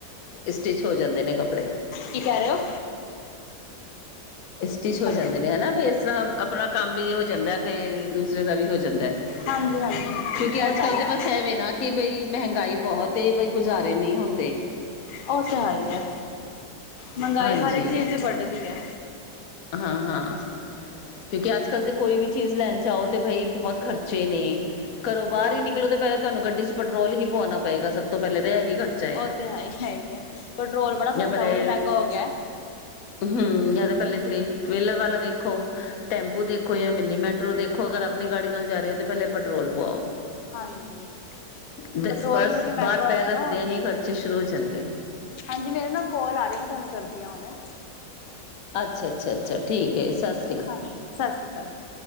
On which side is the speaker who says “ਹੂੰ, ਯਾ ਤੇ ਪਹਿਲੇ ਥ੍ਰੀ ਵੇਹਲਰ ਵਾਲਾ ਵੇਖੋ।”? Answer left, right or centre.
Left